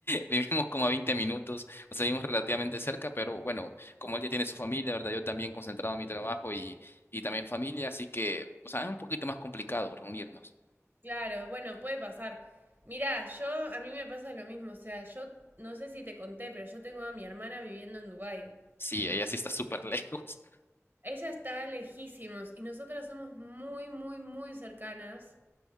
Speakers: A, on the left; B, on the right.
A: vivimos como a 20 minutos, o sea, vivimos relativamente cerca, pero bueno, como él ya tiene su familia, ¿verdad? Yo también concentrado en mi trabajo y, y también familia, así que, o sea, es un poquito más complicado reunirnos.
B: Claro, bueno, puede pasar. Mirá, yo, a mí me pasa lo mismo. O sea, yo no sé si te conté, pero yo tengo a mi hermana viviendo en Dubái.
A: Sí, ella sí está súper <laughs> lejos.
B: Ella está lejísimos y nosotras somos muy, muy, muy cercanas.